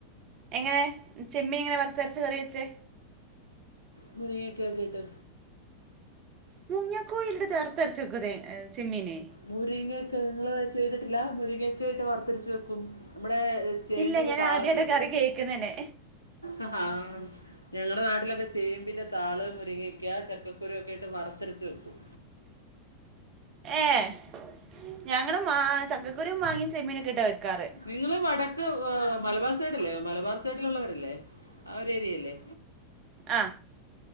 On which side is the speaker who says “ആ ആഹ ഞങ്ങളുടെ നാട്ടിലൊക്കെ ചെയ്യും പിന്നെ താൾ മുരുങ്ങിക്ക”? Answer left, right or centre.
Left